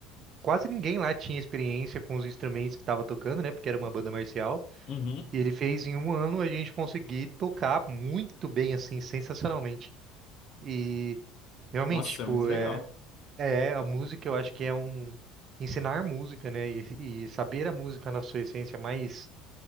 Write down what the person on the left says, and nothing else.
Uhum.
Nossa, isso
é muito legal.